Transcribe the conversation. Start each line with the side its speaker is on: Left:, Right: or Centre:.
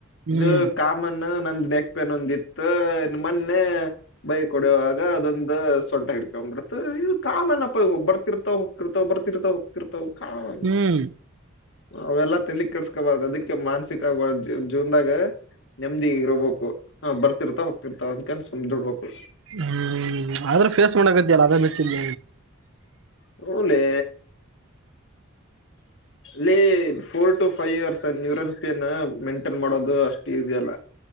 Right: ಹ್ಮ್
Left: ಇದು ಕಾಮನು ನಂದ್ ಬ್ ಪ್ಪೆನೊಂದಿತ್ತು ಇನ್ನ್ ಮೊನ್ನೆ ಬೈಕ್ ಹೊಡಿಯುವಾಗ ಅದೊಂದ್ ದು ಸೊಂಟ ಹಿಡ್ಕೊಂಡ್ ಬಿಡತ್ತ್ ಇವು ಕಾಮನ್ ನಪ್ಪ ಇವು ಬರ್ತಿರ್ ತವ ಹೋಗತಿರ್ತವ ಬರ್ತಿರ್ತ್ ಹೋಗತ್ತಿರ್ವ ಕಾಮನ್
Right: ಹ್ಮ್
Left: ಅವೆಲ್ಲಾ ತಲಿ ಕೆಡಸ್ಕ್ ಕ್ ಬಾರದು ಅದಕ್ಕೆ ಮಾನಸಿಕ ಆಗಬ ಜೀವನ್ದಾಗ ನೆಮ್ಮದಿ ಇರಬೋಕು. ಹಾ ಬರ್ತಿರ್ತಾ ಹೋಗತಿರ್ತಾ ಅದಕ ಅಂದ್ ಸುಮ್ಮ ಇದ್ದ್ ಬೇಕು.
Right: ಹ್ಮ್ ಆದ್ರೂ ಫೇಸ್ ಮಾಡಕತ್ತೀಯ ಅಲ್ಲ ಅದೇ ಮೆಚ್ಚಿದ್
Left: ಹು ಲೇ ಲೇ ಪೋರ್ ಟು ಫೈವ್ ಇಯರ್ಸ್ ಯೂರೋನ್ ಪೆಯನ್ ಮೈಂಟೆನ್ ಮಾಡೋದು ಅಷ್ಟು ಈಸಿ ಅಲ್ಲ.